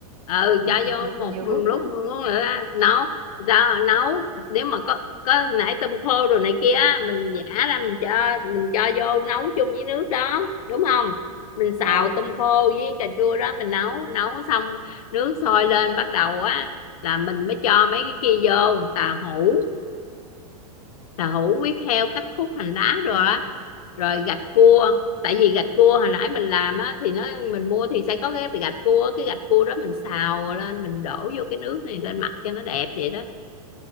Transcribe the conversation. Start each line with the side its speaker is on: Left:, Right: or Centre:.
Left: ừ
Right: nhiều
Left: cho
Right: nhiều
Left: vô
Right: nhiều
Left: một lúc
Right: bước quá
Left: muốn là nấu ra nấu nếu mà có có nãy tôm khô rồi này kia á, mình giả ra mình cho mình cho vô nấu chung với nước đó đúng không mình xào
Right: rồi
Left: tôm khô với cà chua đó mình nấu nấu xong nước sôi lên bắt đầu á là mình mới cho mấy cái kia vô tàu hũ <clears throat> tàu hũ huyết heo cắt khúc hành lá rồi á rồi gạch cua tại vì gạch cua hồi nãy mình làm á thì nó mình mua thì sẽ có cái gạch cua cái gạch cua đó mình xào lên mình đổ vô cái nước này lên mặt cho nó đẹp vậy đó